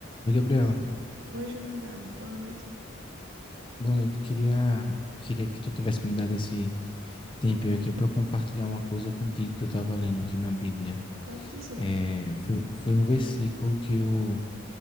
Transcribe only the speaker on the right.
Oi, Jonadab, boa noite.
Pode dizer.